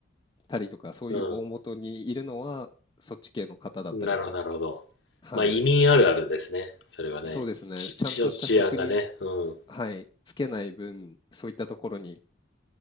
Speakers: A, on the left; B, on the left.
A: たりとか、そういう大元にいるのは、
B: う
A: そっち系の方だったりが、
B: ん、なるほど、なるほど。
A: はい、
B: まあ、移民あるあるですね。それはね、
A: そうですね。
B: ち、
A: ちゃんとした職に、
B: ち、治安がね、うん、
A: はい、つけない分、そういったところにっ